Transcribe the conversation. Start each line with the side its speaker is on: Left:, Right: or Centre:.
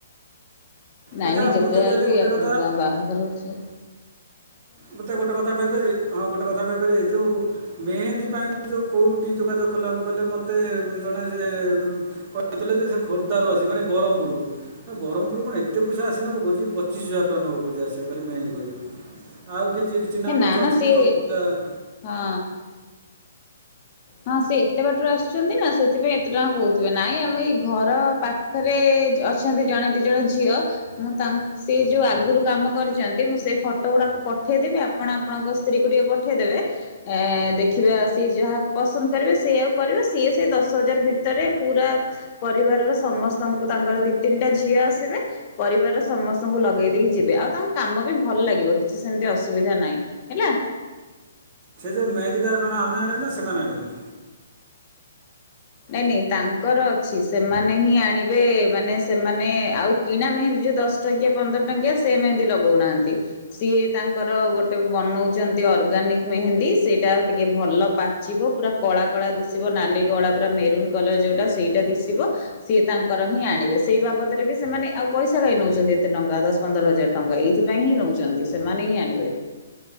Left: ନାଇଁ
Right: ଆଚ୍ଛା
Left: ନାଇ ଯେତେ
Right: ମୋତେ
Left: ହେଲେ
Right: କହିଲେ
Left: ବି
Right: ଗୋଟେ
Left: ଆପଣ
Right: କଥା
Left: ବାହାଘର ଅଛି।
Right: ମୋତେ ଗୋଟେ କଥା କହିପାରିବେ? ହଁ ଗୋଟେ କଥା କହିହପାରିବେ, ଯଉଁ ମେହେନ୍ଦୀ ପାଇଁକି ଯଉଁ କଉଁଠି ଯୋଗାଯୋଗ କଲେ ହବ କଇଲେ? ମୋତେ ଜଣେ ସେ କଥିଲେ ଯେ ସେ ଖୋର୍ଦ୍ଧାରୁ ଆସିବ, ମାନେ ବରମ୍ପୁରରୁ, ବରମ୍ପୁରରୁ କଣ ଏତେ ପଇସା ଆସି ନବ। କହୁଚି ପଚିଶ ହଜାର ଟଙ୍କା ନବ କହୁଚି ଆସିବ ଖାଲି ମେହେନ୍ଦୀ କରିବ। ଆଉ କିଛି ଚିହ୍ନା
Left: ହେ ନା
Right: ପରିଚୟ
Left: ନା
Right: ଅଛନ୍ତି
Left: ସେ
Right: କମ୍ ପଇସା-
Left: ହଁ। ହଁ ସେ ଏତେ ବାଟରୁ ଆସୁଛନ୍ତି ନା ସେଥିପାଇଁ ଏତେ ଟଙ୍କା କହୁଥିବେ। ନାଇଁ ଆମ ଏଇ ଘର ପାଖରେ ଅଛନ୍ତି ଜଣେ ଦି ଜଣ ଝିଅ ମୁଁ ତାଙ୍କ୍ ସେ ଯୋଉ ଆଗୁରୁ କାମ କରିଛନ୍ତି ମୁଁ ସେଇ ଫଟୋ ଗୁଡାକ ପଠେଇ ଦେବି। ଆପଣ ଆପଣଙ୍କ ସ୍ତ୍ରୀକୁ ଟିକିଏ ପଠେଇ ଦେବେ। ଏଁ ଦେଖିବେ ସେ ଯାହା ପସନ୍ଦ କରିବେ ସିଏ ଆଉ କରିବେ। ସିଏ ସେଇ ଦଶ ହଜାର ଭିତରେ ପୁରା ପରିବାରର ସମସ୍ତଙ୍କୁ ତାଙ୍କର ଦି ତିନିଟା ଝିଅ ଆସିବେ ପରିବାରର ସମସ୍ତଙ୍କୁ ଲଗେଇ ଦେଇକି ଯିବେ। ଆଉ ତାଙ୍କ କାମ ବି ଭଲ ଲାଗିବ। କିଛି ସେମିତି ଅସୁବିଧା ନାହିଁ ହେଲା।
Right: ସେ ଯୋଉ ମେନ୍ଦୀ ଟା କଣ ଆମେ ଆଣିବୁ ନା। ସେ ସେମାନେ ଆଣିବେ।
Left: ନାଇଁ ନାଇଁ ତାଙ୍କର ଅଛି ସେମାନେ ହିଁ ଆଣିବେ। ମାନେ ସେମାନେ ଆଉ କିଣା ମେହେନ୍ଦୀ ଯୋଉ ଦଶ ଟଙ୍କିଆ ପନ୍ଦର ଟଙ୍କିଆ ସେ ମେହେନ୍ଦୀ ଲଗଉ ନାହାଁନ୍ତି। ସିଏ ତାଙ୍କର ଗୋଟେ ବନଉଛନ୍ତି ଅର୍ଗାନିକ ମେହେନ୍ଦୀ। ସେଇଟା ଟିକେ ଭଲ ପାଚିବ ପୁରା କଳା କଳା ଦିଶିବ। ନାଲି କଳା ପୁରା ମେରୁନ୍ କଲର ଯୋଉଟା ସେଇଟା ଦିଶିବ। ସିଏ ତାଙ୍କର ହିଁ ଆଣିବେ। ସେଇ ବାବଦରେ ବି ସେମାନେ ଆଉ ପଇସା କାଇଁ ନଉଛନ୍ତି ଏତେ ଟଙ୍କା ଦଶ ପନ୍ଦର ହଜାର ଟଙ୍କା ଏଇଥିପାଇଁ ହିଁ ନେଉଛନ୍ତି। ସେମାନେ ହିଁ ଆଣିବେ।